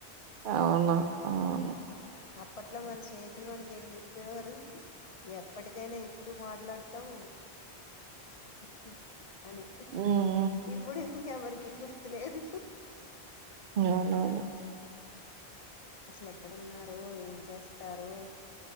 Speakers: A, on the right; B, on the left.
A: అవును అవును
B: అప్పట్లో మన స్నేహితులు మనకి ఏం జెప్పేవారు ఎప్పటికైనాఎప్పుడు మాట్లాడ్తాం ఉహు అని
A: ఉమ్
B: ఇబ్బుడు ఎవరికి గుర్తులేదు
A: అవునవును
B: అసలెక్కడన్నారో ఏం చేస్తారో